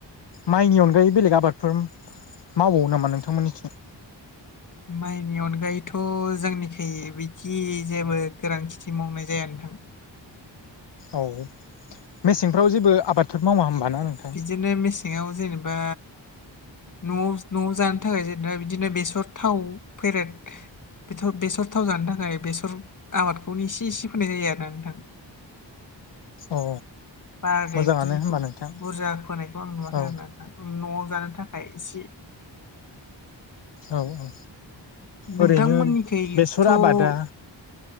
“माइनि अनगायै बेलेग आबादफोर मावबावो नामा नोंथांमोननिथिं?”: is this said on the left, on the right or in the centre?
Left